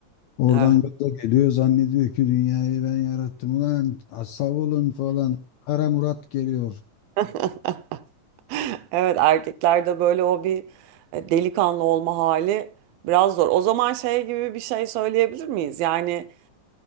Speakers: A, on the left (about 75°); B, on the right (about 80°).
A: oradan
B: Evet.
A: gaza geliyor zannediyor ki dünyayı ben yarattım ulan a- savulun falan. Kara Murat geliyor
B: <laughs> Evet erkeklerde böyle o bir e, delikanlı olma hali biraz zor. O zaman şey gibi bir şey söyleyebilir miyiz? Yani